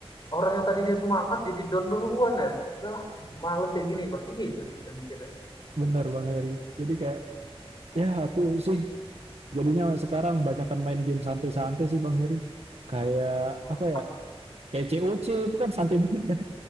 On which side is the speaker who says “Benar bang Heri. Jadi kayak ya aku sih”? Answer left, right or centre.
Right